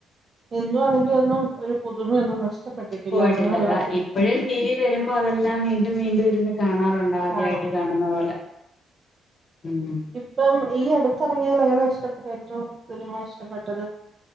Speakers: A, on the right; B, on the left.
A: ഇന്നും അതിന്റെറെ ഒന്നും ഒരു പുതുമയൊന്നും നഷ്ടപ്പെട്ടിട്ടില്ല
B: പോയിട്ടില്ലാതാ
A: അങ്ങനെയുള്ളസ്
B: ഇപ്പോഴും ടി വി വരുമ്പോ അതെല്ലാം വീണ്ടും വീണ്ടും ഇരുന്ന് കാണാറുണ്ട് ആദ്യായിട്ട്
A: കാണും
B: കാണുന്ന പോലെ മ്മ്
A: ഇപ്പം ഈ അടുത്ത്റങ്ങിയതിൽ ഏതാ ഇഷ്ടപ്പെട്ടത് ഏറ്റവും സിനിമ ഇഷ്ടപ്പെട്ടത്